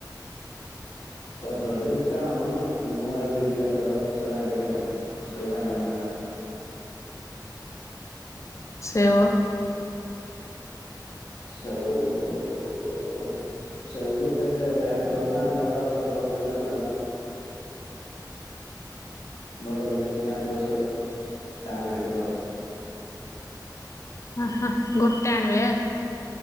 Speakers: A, on the left; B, on the left.
A: କଦଳୀ ସିଏ ଆଣୁ ମୁଁ ହେରା ବିଟି, ଗାଜର ହେରା ପଛରେ ଆଣିବି ଆଉ ସିଏ ଜାଣିବନି ହେରା। ହୁଁ
B: ସେଓ
A: ସେଉ ସେଓ ଗୋଟେ ଆଣିଥବ ଗଲା ଆଣୁଥବ ତ ଆଉ ଦଉଥବ ପଇସା କୋଡ଼ିଏ ଟଙ୍କା। ଭଲ ଭଲ ଦେଖିକି ଆଣିଥିବ ସେଉ ଟାଣିଆଟେ <unintelligible>
B: ହ ହ ଗୋଟେ ଆଣିବେ?